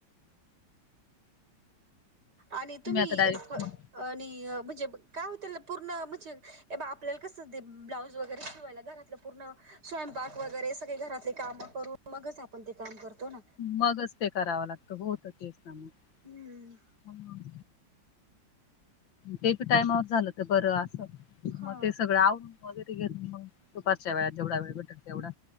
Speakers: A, on the right; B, on the left.
A: आणि तुम्ही
B: आता डायरेक्ट
A: आणि
B: मग
A: म्हणजे काय हो त्याला पूर्ण म्हणजे ब आपल्याला कसं ब्लाऊज वगैरे शिवायला घरातलं पूर्ण स्वयंपाक वगैरे सगळे घरातले कामं करून मगच आपण ते काम करतो ना
B: मगच ते करावं लागत होत तेच ना मग
A: हम्म
B: ते पी टायमावर झालं ते बर असं
A: हा
B: मग ते सगळं आवरून वगैरे मग दुपारच्या वेळात जेवढा वेळ बेटर तेवढा